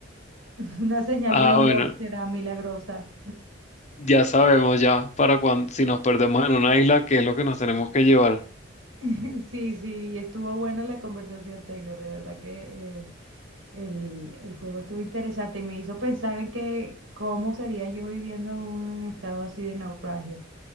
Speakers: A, on the right (about 80°); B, on the left (about 40°).
A: <laughs> una señal
B: Ah,
A: de Dios
B: bueno,
A: será milagrosa.
B: ya sabemos ya para cuando, si nos perdemos en una isla, qué es lo que nos tenemos que llevar.
A: <laughs> Sí, sí, estuvo buena la conversación, Taylor, de verdad que eh, El, el juego estuvo interesante y me hizo pensar en que cómo sería yo viviendo en un estado así de naufragio.